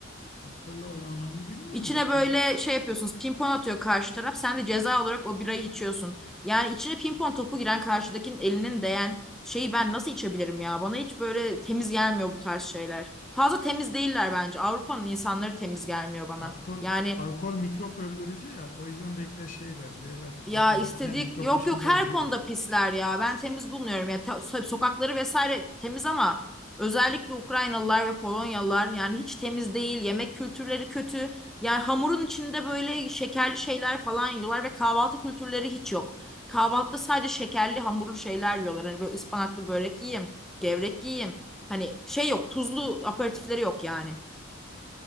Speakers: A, on the left (about 35°); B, in the centre.
A: Alkolle oynananı bilmiyorum
B: İçine
A: da.
B: böyle şey yapıyorsunuz. Pimpon atıyor karşı taraf. Sen de ceza olarak o birayı içiyorsun. Yani içine pimpon topu giren karşıdakinin elinin değen şeyi ben nasıl içebilirim ya? Bana hiç böyle temiz gelmiyor bu tarz şeyler. Fazla temiz değiller bence. Avrupa'nın insanları temiz gelmiyor bana.
A: Alkol
B: Yani
A: alkol mikrop öldürücü ya o yüzden belki de şeyler derler zaten
B: Ya istedik
A: içine mikrop
B: yok
A: düşünce
B: yok her
A: ölüyor.
B: konuda pisler ya. Ben temiz bulmuyorum. Ya ta- so- sokakları vesaire temiz ama özellikle Ukraynalılar ve Polonyalılar yani hiç temiz değil. Yemek kültürleri kötü. Yani hamurun içinde böyle şekerli şeyler falan yiyorlar ve kahvaltı kültürleri hiç yok. Kahvaltıda sadece şekerli hamurlu şeyler yiyorlar. Hani böyle ıspanaklı börek yiyeyim, gevrek yiyeyim. Hani şey yok, tuzlu aperatifleri yok yani.